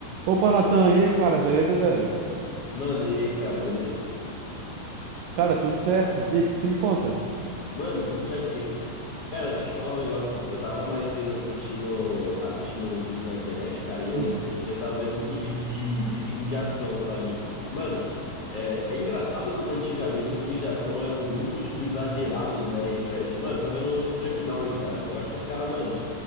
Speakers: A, on the right; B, on the left.
A: Opa, Natan, e aí, cara, beleza, velho?
B: Mano, e aí, cara, beleza?
A: Cara, tudo certo. E aí, o que que você me conta?
B: Mano, tudo certo sim. Cara, deixa eu te falar um negócio. Eu tava mais cedo assistindo, assistindo uns vídeos na internet, cara, e eu,
A: Hum,
B: eu tava vendo muito vídeo de, de filme de ação, sabe? Mano, é, é engraçado como antigamente os filmes de ação eram muito, tipo, exagerados, né? E trash. Mano, eu tava vendo Chuck Norris, cara. Eu acho esse cara, mano.